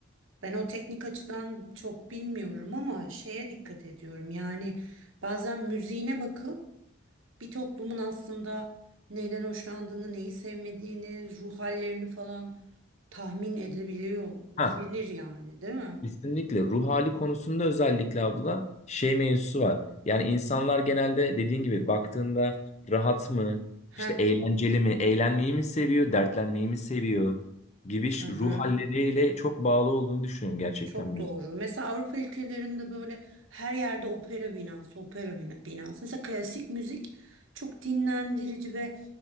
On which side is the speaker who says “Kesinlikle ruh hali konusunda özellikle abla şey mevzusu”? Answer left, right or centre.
Left